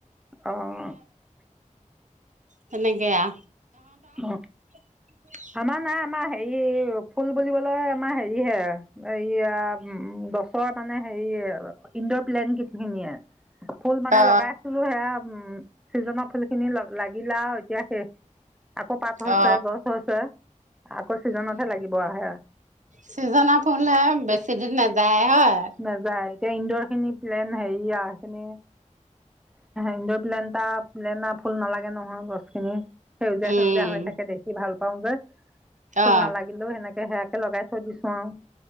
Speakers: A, in the centre; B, on the right.
A: অ'
B: তেনেকে আ।
A: অ।
B: <unintelligible>
A: আমাৰ নাই আমাৰ হেৰি ফুল বুলিবলৈ আমাৰ হেৰি হে এইয়া গছৰ মানে হেৰি ইন্দৰ প্লেন খিনিয়েই। ফুল মানে
B: অ
A: লগাইছিলো সেয়া উম চিজনৰ ফুল খিনি লাগিলা আৰু এতিয়া শেষ। আকৌ পাত হৈছে
B: অ
A: গছ হৈছে আকৌ ছিজনতহে লাগিব হেয়া।
B: চিজনৰ ফুল হে বেছি দিন নাযায় হয়।
A: নাযায় এতিয়া ইন্দৰ খিনি প্লেন হেৰিয়া সেইখিনি ইন্দ্ৰৰ প্লেনতা প্লেণা ফুল নালাগে নহয় গছখিনি। সেউজীয়া
B: উম
A: সেউজীয়া হৈ থাকে দেখি ভাল পাওঁ যে, ফুল
B: অ
A: নালাগ হলেও হেনেকে হেয়াকে লগাই থৈ দিছো আৰু